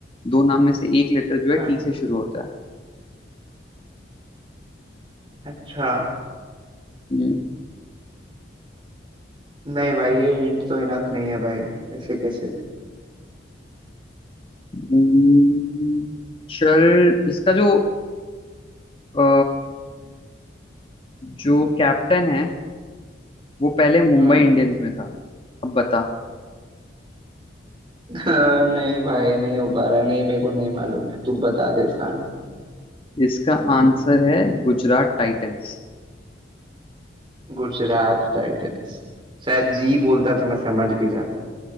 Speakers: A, on the left; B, on the right.
A: दो नाम में से एक लेटर जो है
B: हाँ
A: टी से शुरू होता है
B: अच्छा
A: हम्म।
B: नहीं भाई ये हिंट तो इनफ नहीं है भाई ऐसे कैसे
A: हम्म, चल इसका जो अ, जो कैप्टन है वो पहले मुंबई
B: हम्म
A: इंडियंस में था अब बता
B: हाँ, नहीं भाई नहीं हो पा रहा है नहीं मेरे को नहीं मालूम है तू बता दे इसका आंसर
A: इसका आंसर है गुजरात टाइटंस
B: गुजरात टाइटंस शायद जी बोलता तो मैं समझ भी जाता